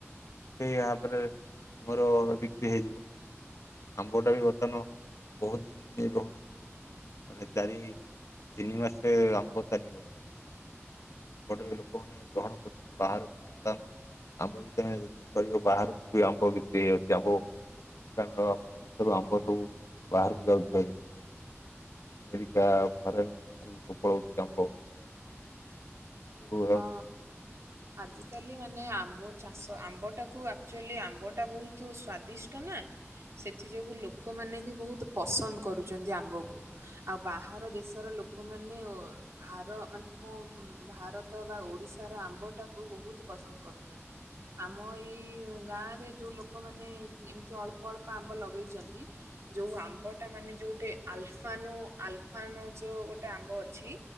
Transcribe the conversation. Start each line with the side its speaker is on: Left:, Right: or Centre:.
Left: ସେଇ ଭାବରେ ଆମର ବିକ୍ରି ହେଇଯିବ। ଆମ୍ବଟା ବି ବର୍ତ୍ତମାନ ବହୁତ ଦିନ ଏ ରହୁଚି। ମାନେ ଚାରି ତିନି ମାସେ ଆମ୍ବ ଚାଲିବ। ଏପଟେ ଲୋକମାନେ ବାରଣ କରୁଚନ୍ତି ବାହାରକୁ ବର୍ତ୍ତମାନ ଆମ୍ବ ଭିତରେ ଯଦି କହିବ ବାହାରକୁ ବି ଆମ୍ବ ବିକ୍ରି ହେଇଯାଉଚି ଆମ୍ବ ଢେଙ୍କାନାଳ ଆମ ଓଡିଶାରୁ ଆମ୍ବ ସବୁ ବାହାରକୁ ଯାଉଚି ଆଜି ଆମେରିକା, ଫରେନ୍ କଣଟ୍ରି କୁ ସବୁ ପଳଉଚି ଆମ୍ବ ସବୁ ଯାଉଛି
Right: ହଁ। ଆଜିକାଲି ମାନେ ଆମ୍ବ ଚାଷ ଆମ୍ବଟାକୁ ଆକ୍ଚୁଏଲି ଆମ୍ବଟା ବହୁତ ସ୍ଵାଦିଷ୍ଟ ନା। ସେଥି ଯୋଗୁ ଲୋକମାନେ ବି ବହୁତ ପସନ୍ଦ କରୁଚନ୍ତି ଆମ୍ବକୁ। ଆଉ ବାହାର ଦେଶର ଲୋକମାନେ ଅ ଭାର ମାନେ ଅ ଭାରତ ରତ ବା ଓଡ଼ିଶାର ଆମ୍ବଟାକୁ ବହୁତ ପସନ୍ଦ କରୁଚନ୍ତି। ଆମ ଏଇ ଗାଁରେ ଯେଉଁ ଲୋକମାନେ ଏମିତି ଅଳ୍ପ ଅଳ୍ପ ଆମ୍ବ ଲଗେଇଚନ୍ତି ଯୋଉ ଆମ୍ବଟା ମାନେ ଯୋଉ ଗଟେ ଆଲଫାନୋ ଆଲଫାନୋ ଯୋଉ ଗୋଟେ ଆମ୍ବ ଅଛି